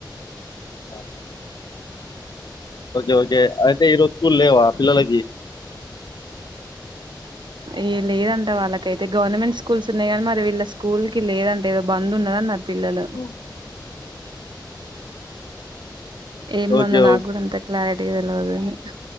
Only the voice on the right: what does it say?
ఏ లేదంట వాళ్ళకైతే గవర్నమెంట్ స్కూల్స్ ఉన్నాయి కాగానీ మరి వీళ్ళ స్కూల్ కి లేదంటే ఏదో బంద్ ఉన్న ట్టు పిల్లలు
ఏం
బంద్ నాకు
కూడా అంతా క్లారిటీ తెలియదు నాకు